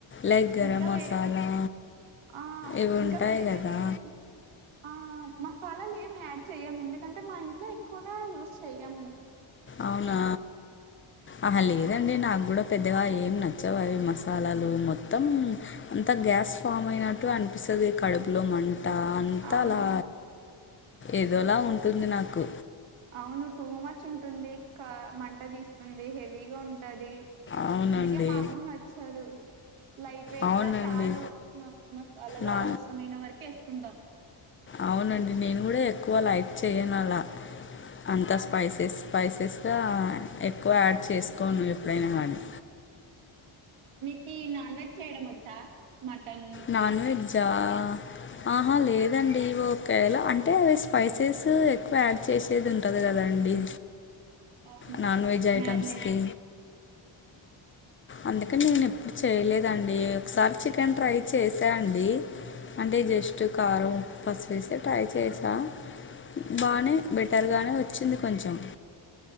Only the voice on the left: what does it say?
లైగ్ గరం
మసాలా
ఇవి
ఉంటాయి
గదా
అవునా ఆహా
లేదండి నాగ్ గుడా పెద్దగా ఏం నచ్చవు అవి మసాలాలు మొత్తం అంతా గ్యాస్ ఫామ్ అయినట్టు అనిపిసది. కడుపులో మంట అంతా
అలా ఏదోలా ఉంటుంది నాకు
అవునండి
అవునండి
నా
అవునండి నేను గూడా ఎక్కువ లైక్ చేయను అలా అంతా స్పైసెస్. స్పైసెస్గా ఎక్కువ యాడ్ చేసుకోను ఎప్పుడైనా కానీ.
నాన్ వెజ్జా ఆహా లేదండి ఓ ఒకేలా అంటే అవి స్పైసెస్ ఎక్కువ యాడ్ చేసేది ఉంటది కదండి
నాన్ వెజ్ ఐటమ్స్
కి అందుకని నేను ఎప్పుడు చేయలేదండి ఒకసారి చికెన్ ట్రై చేశా అండి అంటే జస్ట్ కారం ఫస్ వేసే ట్రై చేసా బానే బెటర్గానే వచ్చింది కొంచెం